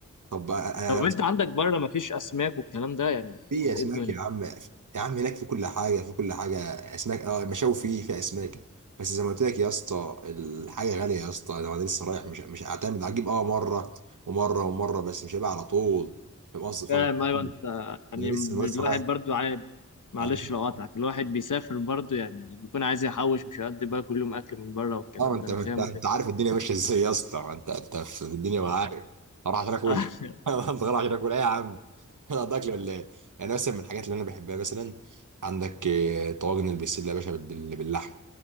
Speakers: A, on the right (about 75°); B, on the left (about 75°).
A: طب انا
B: طب
A: أنا-
B: انت عندك بره مفيش اسماك والكلام ده يعني
A: في
B: ولا
A: اسماك
B: ايه الدنيا
A: يا عم يا عم هناك في كل حاجه في كل حاجه اسماك اه المشاوي فيه في اسماك بس زي ما قلت لك يا اسطى الحاجه غاليه يا اسطى لو انا لسه رايح مش مش هعتمد هجيب اه مره ومره ومره بس مش هيبقى على طول فاهم قصدي
B: فاهم
A: فاهم قصدي؟
B: ايوه انت يعني
A: انا لسه انا لسه
B: الواحد برضو عايز معلش
A: رايح
B: لو قاطعك الواحد بيسافر برضو يعني بيكون عايز يحوش مش هيقضي بقى كل يوم اكل من بره والكلام
A: اه ما انت
B: ده انا
A: ما
B: فاهم
A: انت انت
B: وجهة
A: عارف
B: نظرك.
A: الدنيا ماشيه ازاي يا اسطى ما انت انت في الدنيا وعارف هروح عشان اكل
B: <laughs>
A: <laughs> هروح عشان اكل ايه يا عم انا قضيت اكل ولا ايه يعني مثلا من الحاجات اللي انا بحبها مثلا عندك آه، طواجن البسله يا باشا بال- بال- باللحم